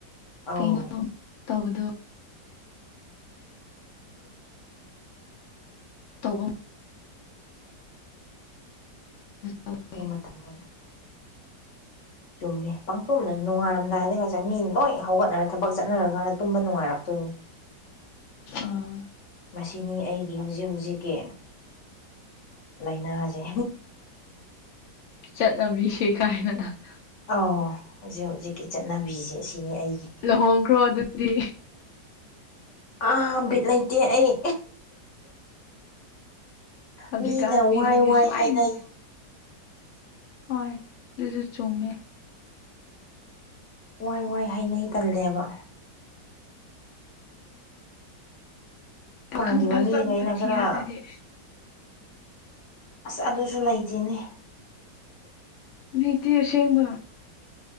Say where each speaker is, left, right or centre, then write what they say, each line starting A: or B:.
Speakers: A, on the left; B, on the left.
A: ꯑꯧ
B: ꯀꯩꯅꯣ ꯇꯧꯕꯗꯨ <inaudible> ꯇꯧꯋꯦ
A: ꯗꯨ ꯃꯇꯝꯗ ꯆꯨꯝꯃꯦ ꯄꯪꯇꯨꯝꯗ ꯅꯨꯉꯥꯜꯔꯝꯗꯥꯏꯗꯒꯁꯦ ꯃꯤ ꯂꯣꯏ ꯍꯧꯒꯠꯅꯔ ꯊꯕꯛ ꯆꯠꯅꯔꯀꯥꯟ ꯇꯨꯝꯕ ꯅꯨꯡꯉꯥꯏꯔꯛꯇꯣꯏꯅꯤ
B: ꯑꯥ
A: ꯃꯁꯤꯅꯤ ꯑꯩꯒꯤ ꯍꯧꯖꯤꯛ ꯍꯧꯖꯤꯛꯀꯤ ꯂꯩꯅꯥꯖꯦ
B: ꯆꯠꯅꯕꯤꯁꯦ ꯀꯥꯏꯅ
A: ꯑꯥꯎ ꯍꯧꯖꯤꯛ ꯍꯧꯖꯤꯛꯀꯤ ꯆꯠꯅꯕꯤꯖꯦ ꯑꯁꯤꯅꯤ ꯑꯩꯒꯤ
B: ꯂꯨꯍꯣꯡꯈ꯭ꯔꯣ ꯑꯗꯨꯗꯤ
A: ꯑꯥ ꯕꯤꯠ ꯂꯩꯇꯦ ꯑꯩ
B: ꯍꯧꯖꯤꯛꯀꯥꯟ
A: ꯃꯤꯅ
B: ꯃꯤꯁꯤꯡꯁꯦ
A: ꯋꯥꯏ ꯋꯥꯏ
B: ꯁꯨꯃꯥꯏꯅ
A: ꯍꯥꯏꯅꯩ
B: ꯍꯣꯏ ꯗꯨꯁꯨ ꯆꯨꯝꯃꯦ
A: ꯋꯥꯏ ꯋꯥꯏ ꯍꯥꯏꯅꯩ ꯇꯜꯂꯦꯕ
B: ꯄꯥꯈꯪ
A: ꯄꯥꯟꯈꯤꯕ
B: ꯐꯖꯕ
A: ꯃꯤꯈꯩꯅ
B: ꯊꯤꯔꯣ
A: ꯈꯔ
B: ꯑꯗꯨꯗꯤ
A: ꯑꯁ ꯑꯗꯨꯁꯨ ꯂꯩꯇꯦꯅꯦ
B: ꯂꯩꯇꯦ ꯑꯁꯦꯡꯕ